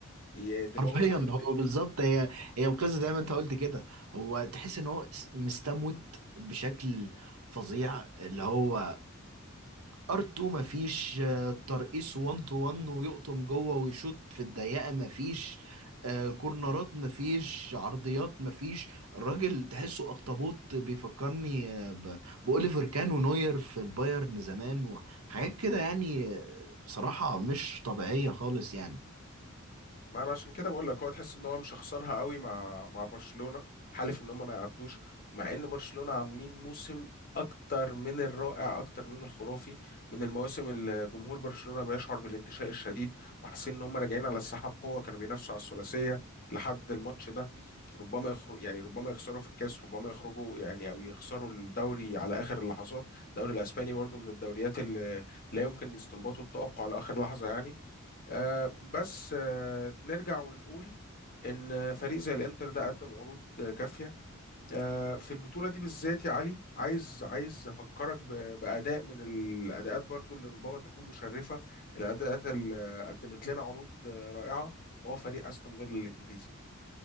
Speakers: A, on the left; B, on the right.
A: ي- دماغه
B: حرفيا
A: تتخ...
B: <laughs> هو بالظبط هي هي القصه زي ما انت قلت كده هو تحس ان هو س- مستموت بشكل فظيع اللي هو ار2 مفيش آه، ترقيص 1 تو 1 ويقطم جوه ويشوط في الضيقه مفيش آه، كورنرات مفيش عرضيات مفيش الراجل تحسه اخطبوط بيفكرني آه، ب- بأوليفر كان ونوير في البايرن زمان وحاجات كده يعني آه، بصراحه مش طبيعيه خالص يعني
A: ما انا عشان كده بقول لك هو تحس ان هو مشخصنها قوي مع مع برشلونة حالف ان هم ما يعدوش مع ان برشلونة عاملين موسم اكتر من الرائع اكتر من الخرافي من المواسم اللي جمهور برشلونة بيشعر بالانتشاء الشديد وحاسين ان هم راجعين على الساحة بقوة كانوا بينافسوا على الثلاثية لحد الماتش ده ربما يخرج يعني ربما يخسروا في الكاس ربما يخرجوا يعني او يخسروا الدوري على اخر اللحظات الدوري الاسباني برضو من الدوريات اللي لا يمكن الاستنباط والتوقع لاخر لحظة يعني آه، بس آه، نرجع ونقول ان فريق زي الانتر ده قدم عروض آه، كافيه آه، في البطوله دي بالذات يا علي عايز عايز افكرك ب- باداء من الاداءات برضو اللي ربما تكون مشرفه الاداءات اللي قدمت لنا عروض آه، رائعه وهو فريق استون فيلا الانجليزي